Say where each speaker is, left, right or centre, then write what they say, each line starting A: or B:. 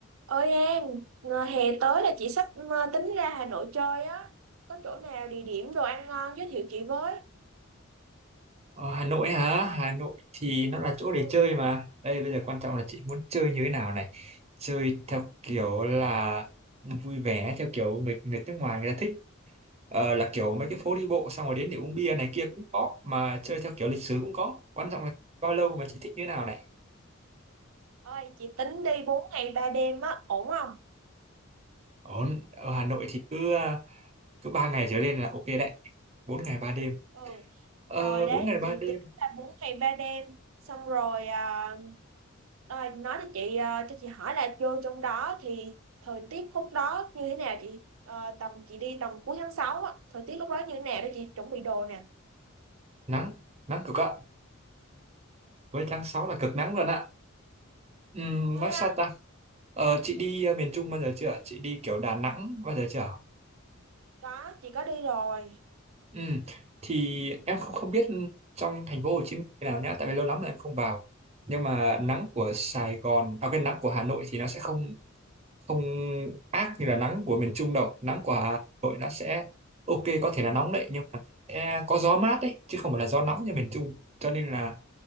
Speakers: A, on the right (about 70°); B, on the right (about 30°).
A: ơi An, ngờ hè tới là chị sắp ờ, tính ra Hà Nội chơi á. Có chỗ nào địa điểm đồ ăn ngon giới thiệu chị với.
B: Ờ, Hà Nội hả? Hà Nội thì nó là chỗ
A: Ừ,
B: để chơi mà. Đây bây giờ quan trọng là chị muốn chơi như thế nào này. Chơi theo kiểu là vui vẻ, theo kiểu người người nước ngoài người ta thích. Ờ, là kiểu mấy cái phố đi bộ xong rồi đến để uống bia này kia cũng có. Mà chơi theo kiểu lịch sử cũng có. Quan trọng là bao lâu mà chị thích như thế nào này.
A: ôi chị tính đi 4 ngày 3 đêm á, ổn không?
B: Ổn, ở Hà Nội thì cứ à, cứ 3 ngày trở lên là ok đấy. 4 ngày ba đêm.
A: Ừ,
B: Ờ,
A: rồi đấy,
B: 4 ngày 3
A: chị
B: đêm.
A: tính là 4 ngày 3 đêm. Xong rồi, à, rồi nói cho chị, ờ, cho chị hỏi là vô trong đó thì thời tiết khúc đó như thế nào chị? Ờ, tầm chị đi tầm cuối tháng 6 á, thời tiết lúc đó như thế nào để chị chuẩn bị đồ nè.
B: Nắng, nắng cực ạ. Với tháng 6 là cực nắng luôn ạ. Ừm,
A: Thế
B: nói
A: á,
B: sao ta? Ờ, chị đi ờ, miền Trung bao giờ chưa? Chị đi kiểu Đà Nẵng bao giờ chưa?
A: có, chị có đi rồi.
B: Ừm, Thì em không không biết trong thành phố Hồ Chí Minh thế nào nhá, tại vì lâu lắm rồi em không vào. Nhưng mà nắng của Sài Gòn, à quên nắng của Hà Nội thì nó sẽ không không ác như là nắng của miền Trung đâu. Nắng của Hà Nội nó sẽ ok, có thể là nóng đấy nhưng mà sẽ có gió mát đấy chứ không phải là gió nóng như miền Trung. Cho nên là